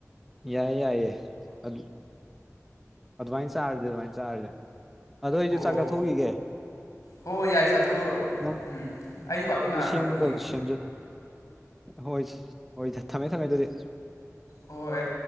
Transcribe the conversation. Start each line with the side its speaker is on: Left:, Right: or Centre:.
Centre: ꯌꯥꯏꯌꯦ ꯌꯥꯏꯌꯦꯦ ꯑꯗꯨ ꯑꯗꯨꯃꯥꯏꯅ ꯆꯥꯔꯗꯤ ꯑꯗꯨꯃꯥꯏꯅ ꯆꯥꯔꯁꯦ ꯑꯗꯨꯗ ꯑꯩꯁꯨ
Left: ꯑꯣ
Centre: ꯆꯥꯛ ꯆꯥꯊꯣꯛꯈꯤꯒꯦ
Left: ꯍꯣꯏ ꯌꯥꯏ ꯆꯥꯊꯣꯛꯎꯔꯣ
Centre: ꯅꯪ
Left: ꯎꯝ ꯑꯩꯁꯨ ꯋꯥꯛꯀꯤꯡ
Centre: ꯅꯪꯁꯗꯨ
Left: ꯉꯥꯏꯍꯥꯛ ꯆꯠꯂꯨꯈꯤꯒꯦ
Centre: ꯁꯦꯝꯖ ꯍ ꯍꯣꯏ ꯍꯣꯏ ꯊꯝꯃꯦ ꯊꯝꯃꯦ ꯑꯗꯨꯗꯤ
Left: ꯑꯣ <unintelligible> <inaudible>